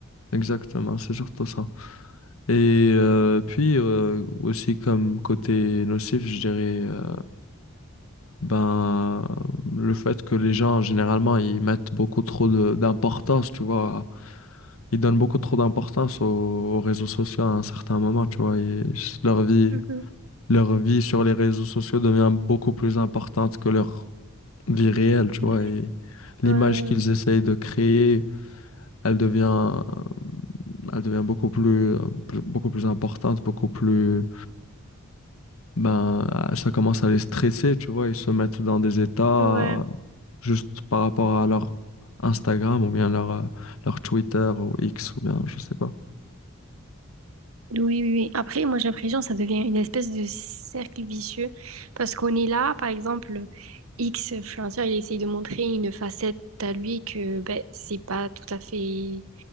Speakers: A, on the left; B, on the right.
A: Exactement, c'est surtout ça. Et euh, puis, euh, aussi comme côté nocif, je dirais, euh, ben, le fait que les gens, généralement, ils mettent beaucoup trop de- d'importance, tu vois ils donnent beaucoup trop d'importance aux, aux réseaux sociaux à un certain moment, tu vois. et s- leur vie,
B: Mhm.
A: leur vie sur les réseaux sociaux devient beaucoup plus importante que leur vie réelle, tu vois.
B: C'est vrai.
A: Et l'image
B: Euh,
A: qu'ils essayent de créer, elle devient, euh, elle devient beaucoup plus, euh, plus- beaucoup plus importante, beaucoup plus, ben, euh, ça commence à les stresser, tu vois. Ils se mettent dans des états
B: ouais.
A: euh, juste par rapport à leur Instagram ou bien leur, euh, leur Twitter ou X ou bien, je sais pas.
B: Oui, oui, oui. Après, moi, j'ai l'impression que ça devient une espèce de cercle vicieux parce qu'on est là, par exemple, X influenceur, il essaye de montrer une facette à lui que ben, c'est pas tout à fait